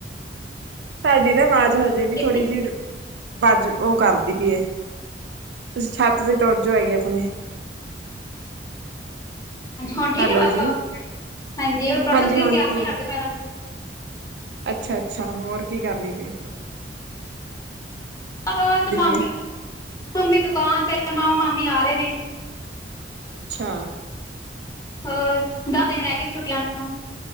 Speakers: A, on the right (about 70°); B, on the left (about 20°).
A: ਤੁਹਾਡੀ ਨਾ ਆਵਾਜ਼ ਹਜੇ
B: ਦੀ
A: ਵੀ ਥੋੜ੍ਹੀ ਜਿਹੀ ਵਜ ਉਹ ਕਰਦੀ ਪਈਏ ਤੁਸੀਂ ਛੱਤ ਤੇ ਟੁਰ ਜਾਓ ਹੈਗੇ ਆਪਣੇ
B: ਹਾਂਜੀ ਹੁਣ ਠੀਕ
A: ਹੈਲੋ
B: ਐ
A: ਜੀ
B: ਹਾਂਜੀ ਉਹ ਰੋਟੀ
A: ਹਾਂਜੀ
B: ਸਬਜ਼ੀ
A: ਹੁਣ
B: ਤਿਆਰ
A: ਠੀਕ
B: ਹੀ ਕਰਦੇ ਪ
A: ਅੱਛਾ, ਅੱਛਾ ਹੋਰ ਕੀ ਕਰਨੀ ਪਏ
B: ਬਸ ਮਾਮੇ
A: ਪਈ ਏ।
B: ਮੰਮੀ ਦੁਕਾਨ ਤੇ ਮਾਮਾ, ਮਾਮੀ ਆ ਰਹੇ ਨੇ
A: ਅੱਛਾ
B: ਹੋਰ ਦਸ ਦਿਨ ਰਹਿ ਗਏ ਛੁੱਟੀਆਂ ਨੂੰ